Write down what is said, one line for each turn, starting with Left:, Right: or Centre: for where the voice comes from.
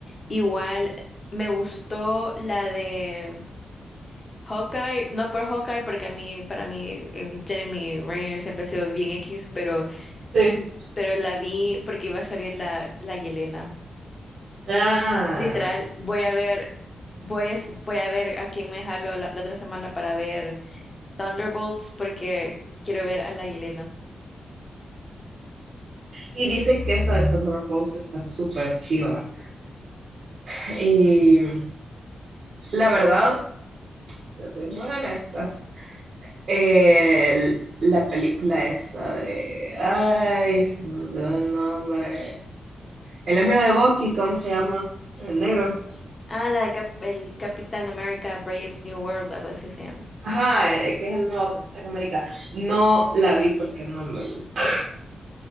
Left: Igual me gustó la de Hawkeye, no por Hawkeye porque a mí, para mí, el Jeremy Renner siempre ha sido bien X, pero
Right: Sí.
Left: Mm, Pero la vi porque iba a salir la, la Yelena.
Right: Ah,
Left: Literal, voy a ver, voy a, voy a ver a quién me jalo la, la otra semana para ver Thunderbolts porque quiero ver a la Yelena.
Right: y dicen que esta de Thunder Rose está súper chiva. Y la verdad, te soy muy honesta. el- la película esa de. Ay, se me olvidó el nombre. El amigo de Bucky, ¿cómo se llama? El negro.
Left: Ah, la de Cap- el Capitán América Brave New World, algo así se llama.
Right: Ajá, eh, que es el nuevo Capitán América. No la vi porque no me gusta.